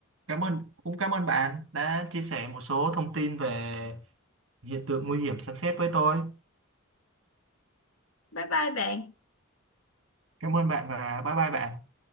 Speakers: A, on the right; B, on the left.
A: cảm ơn cũng cảm ơn bạn đã chia sẻ một số thông tin về hiện tượng nguy hiểm sấm sét với tôi.
B: Bye bye bạn.
A: Cảm ơn bạn và bye bye bạn.